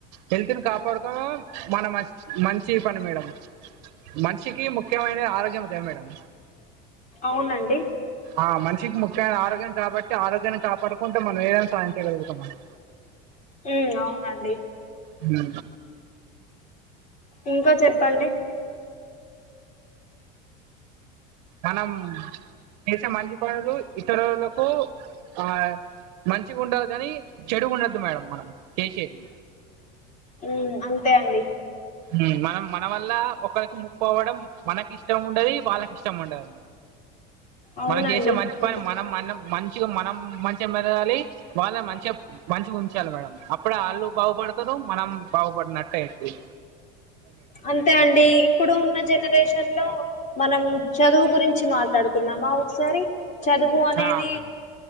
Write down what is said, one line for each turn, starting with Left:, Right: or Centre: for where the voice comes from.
Right: హెల్త్ ని కాపాడుకోడం మన మ మంచి పని మేడం మనిషికి ముఖ్యమైనది ఆరోగ్యం కద మేడం
Left: అవునండి
Right: ఆ మనిషికి ముఖ్యమైనది ఆరోగ్యం కాబట్టి ఆరోగ్యాన్ని కాపాడుకుంటే మనం ఏదైనా సాధించగలుగుతాం మనం
Left: ఊ అవునండి
Right: హూ
Left: ఇంకా చెప్పండి
Right: కనం చేసే మంచి పనులు ఇతరులకు ఆ మంచిగుండదు కాని చెడుగుండద్దు మేడం మనం చేసేది
Left: ఊ అంతే అండి
Right: ఊ మనం మనవల్ల ఒకరికి ముప్పు అవ్వడం మనకి ఇష్టం ఉండది వాళ్ళకి ఇష్టం ఉండద
Left: అవునండి
Right: మనం చేసే మంచి
Left: అంతే
Right: పని మనం మనం మనం మంచిగా మెదగాలి వాళ్ళే మంచిగా మంచిగా ఉంచాలి మేడం అప్పుడే ఆళ్ళు బాగుపడతారు మనం బాగుపడినట్టే అయి
Left: అంతే అండి ఇప్పుడు ఉన్న జనరేషన్ హెల్లో మనం చదువు గురించి మాట్లాడుకుందామా ఒకసారి చదువు అనేది
Right: ఆ